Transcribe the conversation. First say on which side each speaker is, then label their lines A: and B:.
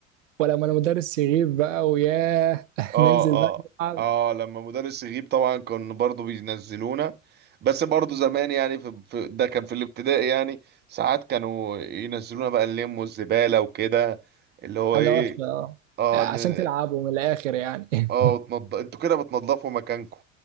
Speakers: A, on the right; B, on the right.
A: ولما المدرس يغيب بقى وياه <laughs>
B: اه
A: ننزل بقى
B: اه
A: نلعب
B: اه لما مدرس يغيب طبعا كان برضو بينزلونا بس برضو زمان يعني في في- ده كان في الابتدائي يعني ساعات كانوا ينزلونا بقى اللم والزبالة وكده اللي هو
A: حاجه
B: ايه
A: وحشه
B: اه
A: اه عشان
B: ن-
A: تلعبوا من الاخر يعني <laughs>
B: اه وتنض... انتوا كده بتنضفوا مكانكم